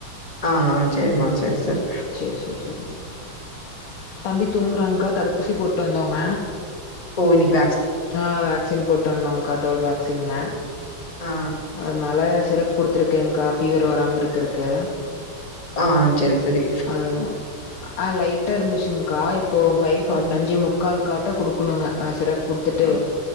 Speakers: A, on the left; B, on the left.
A: ஆ செரிமா செரி செரி
B: செரி செரி செரிங்க்கா தம்பி தூங்குறாங்க்கா தடுப்பூசி போட்டு வந்தோங்க
A: ஓ இன்னைக்கு தா
B: ஆ வேக்சின் போட்டு வந்தோங்க்கா தேர்டு வேக்சின்ங்க
A: ஆ
B: அதனால சிரப் குடுத்துருக்கேங்க்கா ஃபீவர் வராம இருக்கறக்கு
A: ஆ செரி செரி
B: அ அ லைட்டா இருந்துச்சுங்க்கா இப்போ ஃபைவ் ஃபா
A: ஆ
B: அஞ்சே முக்கால் காட்ட குடுக்கணுங்க சிரப் குடுத்துட்டு
A: ஆ